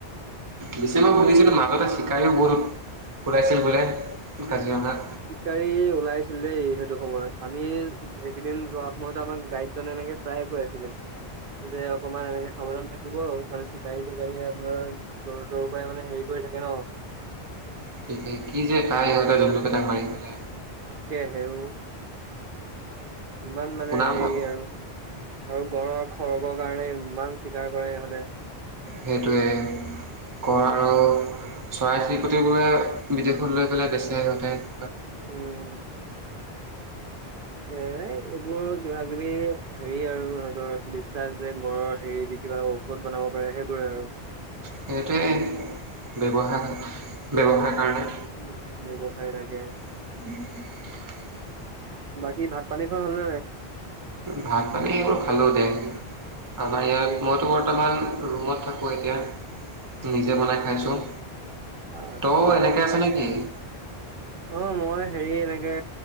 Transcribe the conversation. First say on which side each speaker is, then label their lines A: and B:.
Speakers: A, on the right (about 20°); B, on the right (about 60°).
A: পিছে মই শুনিছিলো মাজতে চিকাৰিও বহুত ওলাইছিল বোলে কাজিৰঙাত
B: চিকাৰী ওলাইছিল দেই সেইটো সময়ত আমি সেইকেইদিন যোৱা সময়তো আমাক গাইডজনে এনেকে প্ৰায়ে কৈ আছিলে যে অকনমান এনেকে সাৱধান থাকিব মানে চিকাৰি তিকাৰি আপোনাৰ জ্বৰ তৰৰ পৰাই মানে হেৰি কৰি থাকে ন'।
A: কি কে কি যে কাই সিহঁতে জন্তুকেইটাক মাৰি পেলাই
B: তাকেহে অ'। ইমান মানে
A: শুনা
B: হেৰি
A: মত
B: আৰু। আৰু গড়ৰ খৰ্গৰ কাৰণে ইমান। চিকাৰ কৰে ইহঁতে।
A: সেইটোৱে কৰো চৰাই চিৰিকটিবোৰে বিদেশত লৈ পেলাই বেচে সিহঁতে। <inaudible>
B: উম এ'। মোৰ কিবা কিবি হেৰি আৰু সিহঁতৰ বিশ্বাস যে, গঁড়ৰৰ হেৰি দি কিবা ঔষধ বনাব পাৰে সেইবোৰে আৰু
A: সেইটোৱে ব্যৱহাৰ, ব্যৱহাৰ কাৰণে।
B: উ', ব্যৱসায় লাগে।
A: <inaudible>
B: বাকী ভাত পানী খোৱা হ'লনে নাই
A: ভাত পানী এইবোৰ খালো দে'। আমাৰ ইয়াত
B: কালি
A: মইতো বৰ্তমান ৰুমত থাকো এতিয়া। নিজে
B: অ
A: বনাই খাইছোঁ।
B: আচ্ছা
A: তই এনেকে আছনে কি? <inaudible>
B: অ', মই হেৰি এনেকে